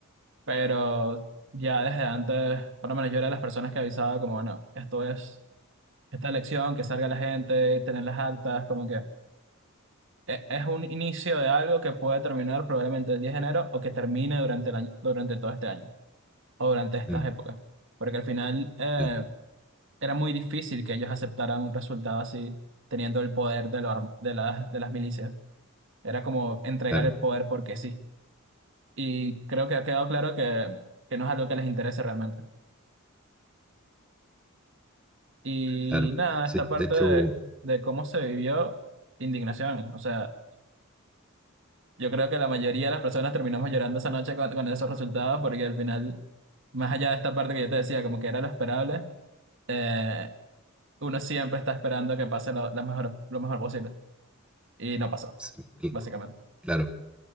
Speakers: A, on the right (about 60°); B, in the centre.
A: pero ya desde antes, por lo menos yo era de las personas que avisaba como, bueno, esto es esta elección, que salga la gente, tener las actas, como que e- es un inicio de algo que puede terminar probablemente el 10 de enero o que termine durante el año, durante todo este año o durante estas
B: Mm,
A: épocas, porque al final eh,
B: ya,
A: era muy difícil que ellos aceptaran un resultado así, teniendo el poder de, lo ar- de, las, de las milicias. Era como entregar
B: claro,
A: el poder porque sí. y creo que ha quedado claro que, que no es algo que les interese realmente. Y
B: claro.
A: nada,
B: Sí,
A: esta parte
B: de hecho,
A: de, de cómo se vivió indignación. O sea, yo creo que la mayoría de las personas terminamos llorando esa noche con, con esos resultados porque al final, más allá de esta parte que yo te decía, como que era lo esperable, eh, uno siempre está esperando que pase lo, la mejor, lo mejor posible. Y no pasó,
B: sí, cl-
A: básicamente.
B: claro.